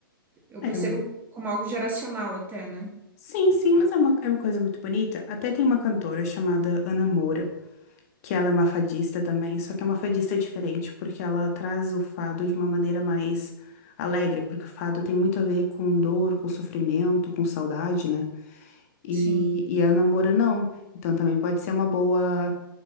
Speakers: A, on the right; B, on the left.
A: Eu
B: É,
A: percebo
B: mo-
A: como algo geracional até, né?
B: sim, sim, mas é uma, é uma coisa muito bonita. Até tem uma cantora chamada Ana Moura, que ela é uma fadista também, só que é uma fadista diferente, porque ela traz o fado de uma maneira mais alegre, porque o fado tem muito a ver com dor, com sofrimento, com saudade, né? E,
A: Sim.
B: e a Ana Moura não. Então também pode ser uma boa,